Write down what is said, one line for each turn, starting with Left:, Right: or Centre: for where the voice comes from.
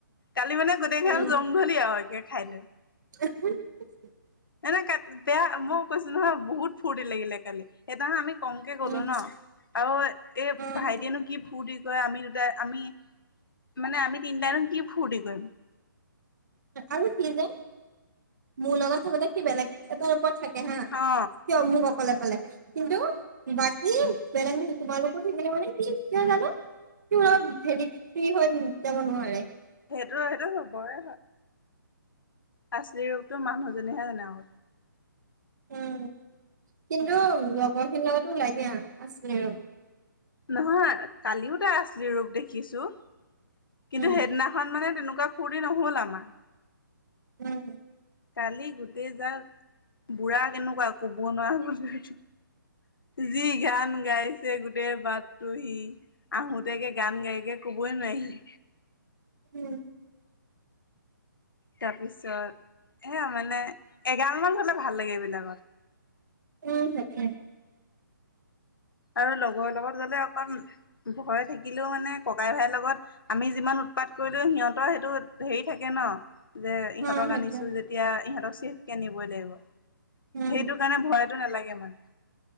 Left: কালি মানে <unintelligible>
Right: উম,
Left: জংঘলী আৰু একে <unintelligible>
Right: <unintelligible>
Left: <unintelligible> বেয়া মই কৈছো নহয় বহুত ফূৰ্তি লাগিলে কালি। সেইনাখন আমি কমকে গ'লো
Right: উম,
Left: ন আৰু এই
Right: উম,
Left: ভাইটিয়েনো কি ফূুৰ্টি ক আমি দুটা আমি মানে আমি তিনটাইনো কি ফূুৰ্তি কৰিম?
Right: আৰু সি যে মোৰ লগত থাকোতে সি বেলেগ এটাৰ ওপৰত থাকে <unintelligible>
Left: অ
Right: <unintelligible> কিন্তু বাকী বেলেগ মানে তোমালোকৰ <unintelligible> জানো। <unintelligible> নোৱাৰে।
Left: সেইটো সেইটো <unintelligible> হয়। আাচলি ৰূপতো মানুহজনেহে জানে আৰু
Right: উম ' কিন্তু লগৰ খিনিৰ লগতো ওলাই দিয়া আছে আৰু
Left: নহয় কালিও তাইৰ আচলি ৰূপ দেখিছো কিন্তু
Right: উম,
Left: সেইদিনা খন মানে তেনেকুৱা ফূৰ্তি নহল আমাৰ।
Right: ওম'।
Left: কালি গোটেই যাক বুঢ়া কেনেকুৱা কব নোৱাৰা যি গান গাই- ছে গোটেই বাটটো সি আহোতেকে গান গাইকে কবই নোৱাৰে সি।
Right: উম'।
Left: তাৰপিছত সেয়া মানে এগালমান হ'লে ভাল লাগে এইবিলাকত।
Right: উম' তাকে।
Left: আৰু লগৰ লগত গ'লে অকণ ভয় থাকিলেও মানে ককাই- ভাইৰ লগত আমি যিমান উৎপাত কৰিলো সিহঁতৰ সেইটো হেৰি থাকে ন'। যে ইহঁতক
Right: অ', সেইটোৱে
Left: আনিছো যেতিয়া, ইহঁতক চেফ কে নিবই লাগিব, সেইটো-
Right: উম,
Left: সেইকাৰণে ভয়টো নালাগে মানে।